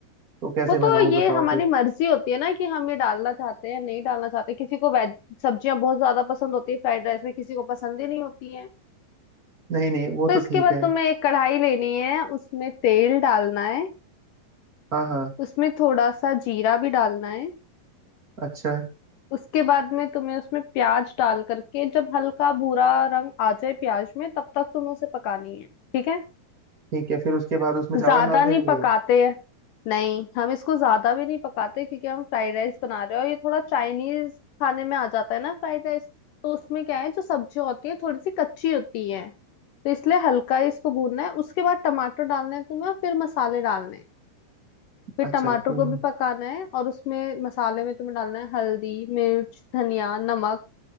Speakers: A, on the right; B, on the left.
A: तो कैसे
B: वो
A: बनाऊं
B: तो ये
A: बताओ
B: हमारी
A: फिर
B: मर्जी होती है ना कि हम ये डालना चाहते हैं या नहीं डालना चाहते किसी को वेज सब्जियां बहुत ज्यादा पसंद होती है फ्राइड राइस में किसी को पसंद ही नहीं होती है
A: नहीं नहीं वो
B: तो इसके
A: तो ठीक
B: बाद
A: है
B: तुम्हें एक कढ़ाई लेनी है उसमें तेल डालना है
A: हाँ हाँ
B: उसमें थोड़ा सा जीरा भी डालना है
A: अच्छा
B: उसके बाद में तुम्हें उसमें प्याज डाल करके जब हल्का भूरा रंग आ जाए प्याज में तब तक तुम्हें उसे पकानी है ठीक है
A: ठीक है फिर उसके बाद उसमें
B: ज्यादा
A: चावल डाल देंगे
B: नहीं पकाते नहीं हम इसको ज्यादा भी नहीं पकाते क्योंकि हम फ्राइड राइस बना रहे हैं और ये थोड़ा चाइनीज खाने में आ जाता है ना फ्राइड राइस तो उसमें क्या है जो सब्जी होती है थोड़ी सी कच्ची होती है तो इसलिए हल्का ही इसको भूनना है उसके बाद टमाटर डालना है तुम्हें और फिर मसाले डालने हैं फिर
A: अच्छा
B: टमाटर
A: तो
B: को भी पकाना है और उसमें मसाले में तुम्हें डालना है हल्दी मिर्च धनिया नमक